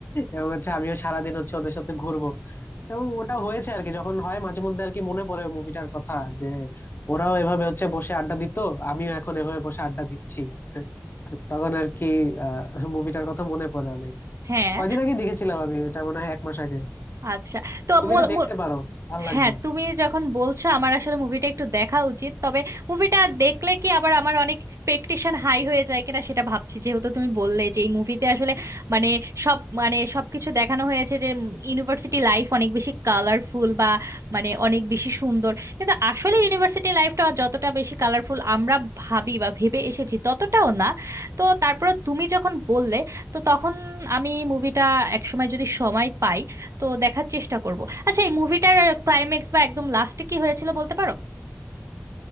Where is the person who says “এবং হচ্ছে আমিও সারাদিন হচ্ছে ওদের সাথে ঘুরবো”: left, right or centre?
Left